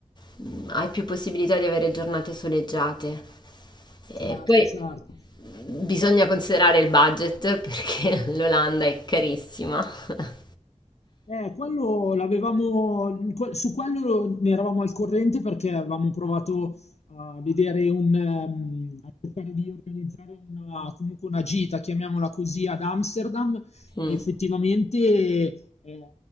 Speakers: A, on the left; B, on the left.
A: mh, hai più possibilità di avere giornate soleggiate. E
B: Certo,
A: poi
B: certo.
A: bisogna considerare il budget <laughs> perché l'Olanda è carissima. <laughs>
B: Eh, quello l'avevamo, que- su quello ne eravamo al corrente perché avevamo provato a vedere un, ehm, a cercare di organizzare una, comunque una gita, chiamiamola così, ad Amsterdam
A: Mm,
B: e effettivamente eh,